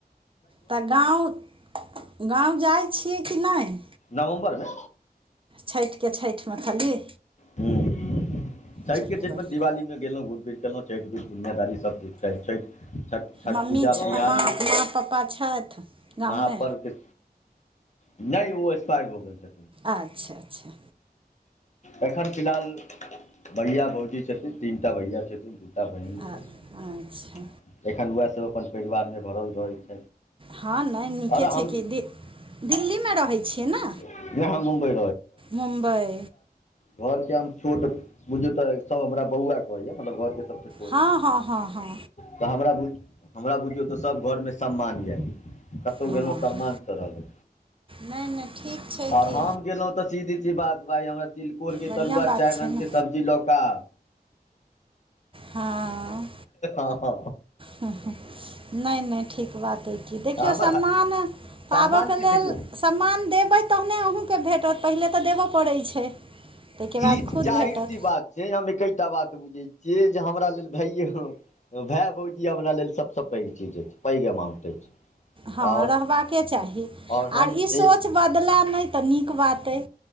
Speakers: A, on the right (about 35°); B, on the left (about 45°).
A: तऽ गाँव गाँव जाइ छियै कि नय
B: नवम्बर मे
A: छठि के छठि मे खाली
B: हूं हूं छठि
A: चलू
B: छठि
A: बढ़िआँ
B: मे दिवाली मे गेलौं घूमि फिर क गेलौं छठि मे दुनियादारी सब देख छठि छठि छठ
A: मम्मी
B: पूजा
A: छ
B: बिहार
A: माँ माँ
B: के
A: पप्पा छथि गाँवमे
B: महापर्व के नहि ओ स्पा <unintelligible> यर हो गेल छै
A: अच्छा अच्छा
B: एखन फिलहाल भैया भौजी छथिन तीनटा भैया छथिन एकटा बहिन
A: आ-
B: छथि
A: अच्छा
B: एखन ओएह सब अपन परिवार मे भरल रहै छथि
A: हँ नय नीके
B: अरे
A: छै
B: हम
A: कि दे दिल्ली मे रहै छियै ने
B: नहि हम मुम्बई
A: मुम्बई
B: घर के हम छोट बुझू तऽ सब हमरा बौआ कहैया मतलब घर के सबसँ
A: हँ हँ हँ हँ
B: त हमरा बुझ हमरा बुझियो त सभ घर मे सम्मान य कतौ
A: हँ
B: गेलौं तब मन चलहु
A: नहि नहि ठीक छै
B: आओर
A: कि
B: हम गेलौं तऽ सीधी छी बात भइ हमरा तिलकोर के
A: बढ़िआँ
B: तरुआ
A: बात
B: चारि
A: छै
B: रंग
A: ने
B: के सब्जी लऽ कऽ आ
A: हं
B: आउ
A: हं हं नय नय ठीक बात अइ क देखियो
B: हमर
A: सम्मान पाबऽ
B: सम्मान
A: के
B: की
A: लेल
B: देखियौ
A: समान देबै तहने अहुँ के भेटत पहिले त देबऽ पड़ै छै ताहिके बाद
B: ई
A: खुद
B: जाहिर
A: भेटत
B: सी बात छै हम एकेटा बात बुझै छिये जे हमरा लेल भइये भेऽ भौजी हमरा लेल सब सऽ पगि चीज अछि पगि अमाउंट अछि
A: हं
B: आओर
A: रहबाके चाही
B: आओर हम
A: आर ई सोच बदलेऽ नय त नीक बात अइ